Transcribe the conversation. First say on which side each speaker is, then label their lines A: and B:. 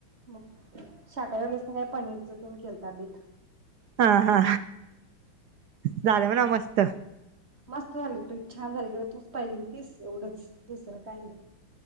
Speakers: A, on the right; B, on the right.
A: मग शाहकारी वाल्यासनी ना का पनीरच तेन केलता बेत.
B: हा हा, झालं म्हणा मस्त.
A: मस्त झाली ट्रिप छान झाली किंवा तूच पाहिजे होतीस एवढंच. दुसरं काही नाही.